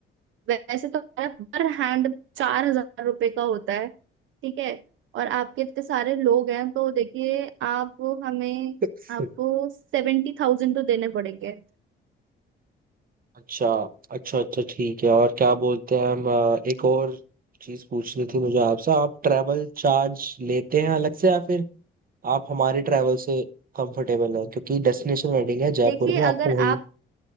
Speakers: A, on the right (about 75°); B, on the right (about 45°).
A: वैसे तो हमारा पर हैंड चार हजार रुपये का होता है ठीक है और आपके इतने सारे लोग हैं तो देखिए आप हमें
B: आप
A: आपको
B: <laughs>
A: सेवेंटी थाउजेंड तो देने पड़ेंगे
B: अच्छा अच्छा अच्छा ठीक है और क्या बोलते हैं हम अ, एक और चीज पूछनी थी मुझे आपसे आप ट्रैवल चार्ज लेते हैं अलग से या फिर आप हमारे ट्रैवल से कंफर्टेबल हैं क्योंकि डेस्टिनेशन वेडिंग है जयपुर
A: देखिए
B: में आपको
A: अगर
B: वही
A: आप